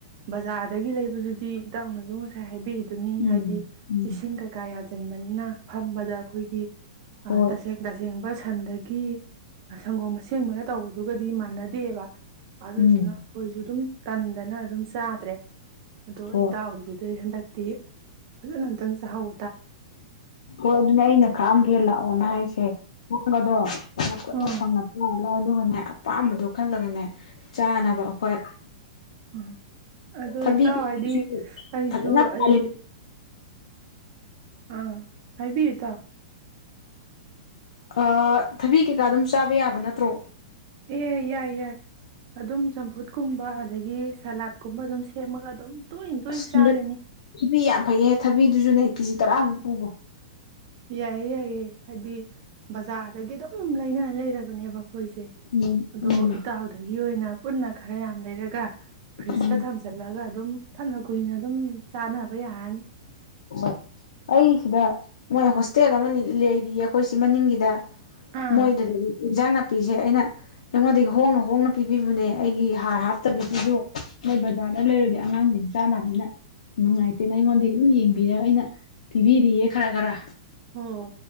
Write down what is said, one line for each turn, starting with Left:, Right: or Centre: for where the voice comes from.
Right: ꯕꯖꯥꯔꯗꯒꯤ ꯂꯩꯕꯗꯨꯗꯤ ꯏꯇꯥꯎꯅꯁꯨ ꯉꯁꯥꯏ ꯍꯥꯏꯕꯤ ꯑꯗꯨꯨꯅꯤ
Left: ꯎꯝ
Right: ꯍꯥꯏꯗꯤ
Left: ꯎꯝ
Right: ꯏꯁꯤꯡ ꯀꯩꯀꯥ ꯌꯥꯟꯁꯤꯟꯕꯅꯤꯅ ꯐꯝꯕꯗ ꯑꯩꯈꯣꯏꯒꯤ
Left: ꯍꯣꯏ
Right: ꯇꯁꯦꯡ ꯇꯁꯦꯡꯕ ꯁꯟ--ꯗ ꯀꯦꯠ <unintelligible> ꯁꯪꯒꯣꯝ ꯑꯁꯦꯡꯕꯅ ꯇꯧꯕꯗꯨꯒꯗꯤ ꯃꯥ ꯅꯗꯦꯕ ꯑꯗꯨꯗꯨꯅ
Left: ꯎꯝ
Right: ꯑꯩꯈꯣꯏꯁꯨ ꯑꯗꯨꯝ ꯇꯟꯗꯅ ꯑꯗꯨꯝ ꯆꯥꯗ꯭ꯔꯦ ꯑꯗꯣ
Left: ꯍꯣꯏ
Right: ꯑꯩ ꯏꯇꯥꯎꯒꯤꯗꯨꯗ ꯑꯩ ꯍꯟꯗꯛ ꯇꯦꯞ ꯑꯗꯨ ꯅ ꯅꯇꯟ ꯆꯥꯍꯧ
Left: ꯑꯣ ꯑꯗꯨꯅꯦ ꯑꯩꯅ ꯈꯥꯛꯑꯝ ꯒꯦ ꯂꯥꯛ ꯑꯣꯅ ꯍꯥꯏꯁꯦ ꯄꯣꯟꯒꯗꯣ ꯅꯈꯨꯠꯅ
Right: ꯎꯝ
Left: ꯐꯪꯅꯀꯣ ꯂꯥꯎ ꯑꯗꯨ ꯒꯅꯦ ꯑꯄꯥꯝꯕꯗꯣ ꯈꯜꯂꯒꯅꯦ ꯆꯥꯅꯕ
Right: ꯎꯝ
Left: ꯑꯩꯈꯣꯏ
Right: ꯎꯝ ꯑꯗꯣ
Left: ꯊꯕꯤꯁꯨ
Right: ꯏꯇꯥꯎ ꯍꯥꯏꯗꯤ ꯑꯩꯁꯨ
Left: ꯐꯖꯅ ꯄꯥꯜꯂꯤ
Right: ꯑꯌꯨꯛ ꯑꯥ ꯍꯥꯏꯕꯤꯌꯨ ꯏꯇꯥꯎ
Left: ꯑ ꯊꯕꯤ ꯀꯩꯀꯥ ꯑꯗꯨꯝ ꯆꯥꯕ ꯌꯥꯕ ꯅꯠꯇ꯭ꯔꯣ
Right: ꯑꯦ ꯌꯥꯏ ꯌꯥꯏ ꯑꯗꯨꯝ ꯆꯝꯐꯨꯠ ꯀꯨꯝꯕ ꯑꯗꯒꯤ ꯁꯂꯥꯠ ꯀꯨꯝꯕ ꯑꯗꯨꯝ ꯁꯦꯝꯃꯒ ꯑꯗꯨꯝ ꯇꯣꯏꯅ ꯇꯣꯏꯅ
Left: ꯑꯁ ꯍꯟꯗꯛ
Right: ꯆꯥꯔꯤꯅꯤ
Left: ꯊꯕꯤ ꯌꯥꯝ ꯐꯩꯌꯦ ꯊꯕꯤꯗꯨ ꯁꯨꯅꯦ ꯀꯦꯖꯤ ꯇꯔꯥꯃꯨꯛ ꯄꯨꯒꯣ
Right: ꯌꯥꯏꯌꯦ ꯌꯥꯏꯌꯦ ꯍꯥꯏꯗꯤ ꯕꯖꯥꯔꯗꯒꯤ ꯑꯗꯨꯝ ꯂꯩꯅ ꯂꯩꯔꯕ ꯅꯦꯕ ꯑꯩꯈꯣꯏꯁꯦ
Left: ꯎꯝ
Right: ꯑꯗꯣ
Left: ꯎꯝ
Right: ꯏꯇꯥꯎꯗꯨꯒꯤ ꯑꯣꯏꯅ ꯄꯨꯟꯅ ꯈꯔ ꯌꯥꯝ ꯂꯩꯔꯒ ꯐ꯭ꯔꯤꯁꯇ
Left: ꯎꯝ
Right: ꯊꯝꯖꯤꯜꯂꯒ ꯑꯗꯨꯝ ꯐꯅꯛ ꯀꯨꯏꯅ ꯑꯗꯨꯝ ꯆꯥꯅꯕ ꯕ ꯌꯥꯔꯅꯤ
Left: ꯍꯣꯏ ꯑꯩ ꯁꯤꯗ ꯃꯣꯏ ꯍꯣꯁꯇꯦꯜ ꯑꯃ ꯂꯩꯔꯤꯌꯦ ꯑꯩꯈꯣꯏ ꯁꯤ ꯃꯅꯤꯡꯒꯤꯗ
Right: ꯑꯥ
Left: ꯃꯣꯏꯗ ꯏꯟꯖꯥꯡ ꯅꯥꯄꯤꯁꯦ ꯑꯩꯅ ꯑꯩꯉꯣꯟꯗꯒꯤ ꯍꯣꯡꯅ ꯍꯣꯡꯅ ꯄꯤꯕꯤꯕꯅꯦ ꯑꯩꯒꯤ ꯍꯥꯔ ꯍꯥꯞ ꯇꯕꯒꯤꯗꯣ ꯃꯣꯏ ꯕꯖꯥꯔꯗ ꯂꯩꯔꯨꯔꯗꯤ ꯑꯉꯥꯡꯁꯤꯡ ꯆꯥꯅꯕꯅꯤꯅ ꯅꯨꯡꯉꯥꯏꯇꯦꯅ ꯑꯩꯉꯣꯟꯗꯒꯤ ꯑꯗꯨꯝ ꯌꯦꯡ ꯌꯦꯡꯑ ꯑꯩꯅ ꯄꯤꯕꯤꯔꯤꯌꯦ ꯈꯔ ꯈꯔ
Right: ꯑꯣ